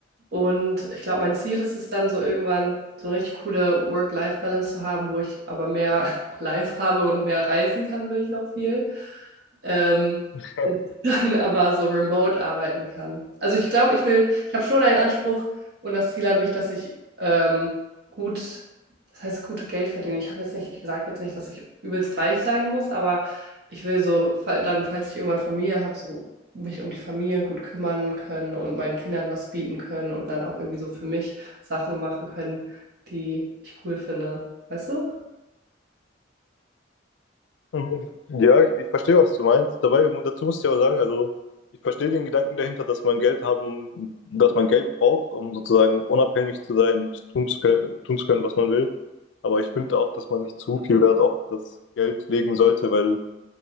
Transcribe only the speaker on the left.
<laughs>
Mhm. Ja, ich, ich verstehe, was du meinst. Dabei, dazu muss ich aber sagen, also ich verstehe den Gedanken dahinter, dass man Geld haben, dass man Geld braucht, um sozusagen unabhängig zu sein und tun zu können, tun zu können, was man will. Aber ich finde auch, dass man nicht zu viel Wert auf das Geld legen sollte, weil